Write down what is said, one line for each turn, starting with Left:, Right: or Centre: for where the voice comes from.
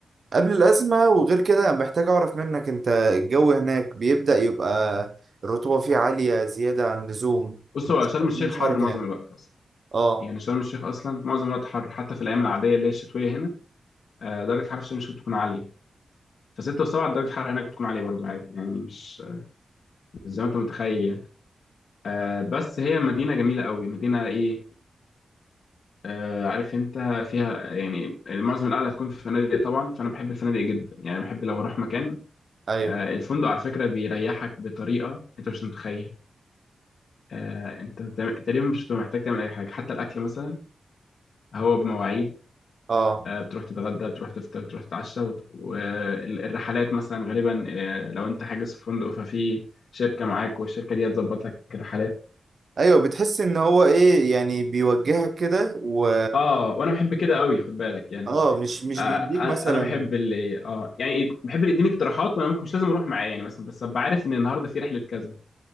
Right: قبل الأزمة وغير كده محتاج أعرف منك أنت الجو هناك بيبدأ يبقى الرطوبة فيه عالية زيادة عن اللزوم
Left: بص هو شرم الشيخ
Right: من شهر
Left: حر
Right: كام؟
Left: معظم الوقت اصلا
Right: اه
Left: يعني شرم الشيخ اصلا معظم الوقت حر حتى في الايام العاديه اللي هي الشتويه هنا آه، درجه الحراره في شرم الشيخ بتكون عاليه فستة وسبعة درجة الحرارة هناك بتكون عالية برضو عادي يعني مش مش زي ما انت متخيل يعني آه بس هي مدينة جميلة قوي مدينة ايه آه عارف انت فيها يعني معظم القعدة هتكون في فنادق طبعا فانا بحب الفنادق جدا يعني بحب لو هروح مكان
Right: أيوه
Left: آه الفندق على فكرة بيريحك بطريقة انت مش متخيل آه انت بتعمل- تقريبا مش بتبقى محتاج تعمل اي حاجة حتى الاكل مثلا هو بمواعيد
Right: اه
Left: آه، بتروح تتغدى بتروح تفطر بتروح تتعشى وت- والرحلات مثلا غالبا آه، لو انت حاجز في فندق ففي شركة معاك والشركة دي هتظبط لك الرحلات
Right: أيوه بتحس إن هو إيه يعني بيوجهك كده و
Left: اه وانا بحب كده قوي خد بالك يعني
Right: اه مش مش
Left: آه
Right: بيديك
Left: انا
Right: مثلا
Left: أنا بحب اللي اه يعني إيه، بحب اللي يديني اقتراحات وانا ممكن مش لازم اروح معاه يعني مثلا بس ابقى عارف ان النهارده في رحلة كذا